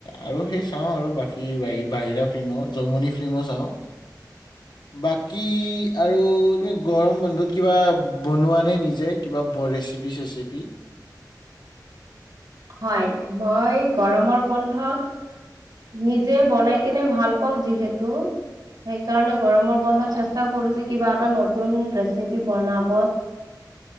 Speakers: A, on the left; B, on the right.
A: আৰু সেই চাওঁ আৰু বাকী বাহিৰা ফিল্মো জমনি ফিল্মো চাওঁ বাকী আৰু গৰম বন্ধত কিবা বনোৱা নে নিজে কিবা ৰেচিপি চেচিপি
B: হয় মই গৰমৰ বন্ধত নিজে বনাই কিনে ভাল পাওঁ যিহেতু সেইকাৰণে গৰমৰ বন্ধত চেষ্টা কৰো যে কিবা এটা নতুন ৰেচিপি বনাব